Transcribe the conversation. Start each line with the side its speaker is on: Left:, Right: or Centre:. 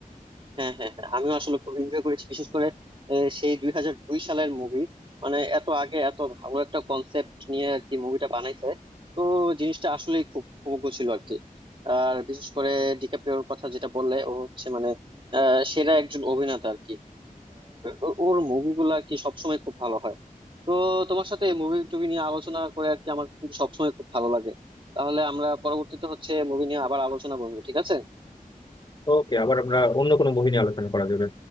Right: হ্যাঁ হ্যাঁ হ্যাঁ আমিও আসলে খুব এনজয় করেছি বিশেষ করে আহ, সেই দুই হাজার দুই সালের মুভি মানে এত আগে এত ভালো একটা কনসেপ্ট নিয়ে আর কি মুভিটা বানাইছে তো জিনিসটা আসলেই খুব উপভোগ্য ছিল আর কি আর বিশেষ করে ডিকাপ্রিওর কথা যেটা বললে ও হচ্ছে মানে আহ, সেরা একজন অভিনেতা আর কি ও- ওর মুভিগুলা কি সবসময় খুব ভালো হয় তো তোমার সাথে মুভি টুভি নিয়ে আলোচনা করে আর কি আমার কিন্তু সবসময় খুব ভালো লাগে তাহলে আমরা পরবর্তীতে হচ্ছে মুভি নিয়ে আবার আলোচনা করবো ঠিক আছে
Left: ওকে আবার আমরা অন্য কোনো মুভি নিয়ে আলোচনা করা যাবে